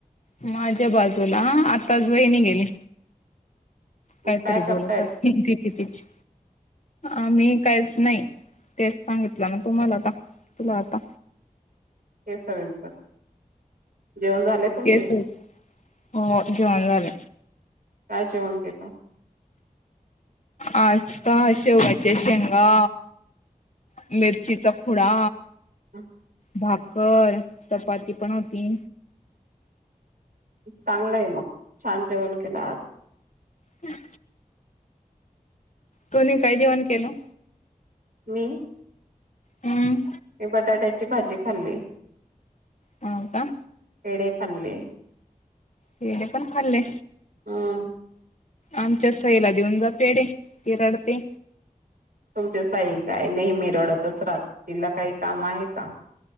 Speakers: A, on the left; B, on the right.
A: माझ्या बाजूला आताच वहिणी गेली काहीतरी
B: काय करतायत
A: बोलतच. हच. आ मी काहीच नाही तेच सांगितलं ना तुम्हाला आता तुला आता
B: हे सगचर जेवण झाले तुमचे?
A: केस हो जेवण झालं
B: काय जेवण केेत
A: आज का शेवच्या शेंगा मिरचीचा खुडा
B: हम
A: भाकर चपाती पण होती
B: चांगलं आहे मग छान जेवण केलं आज
A: हम् कोुणी काय जेवण केलं
B: मी
A: हम्म
B: मी बटाट्याची भाजी खाल्ली.
A: हो का?
B: पेडे खाल्ले.
A: हे दे पण खाल्ले
B: ह
A: आमच्या सईला देऊन जातेडे ते रडते
B: तुमचे साई काय नेहमी रडतच राज तला काही काम आहे का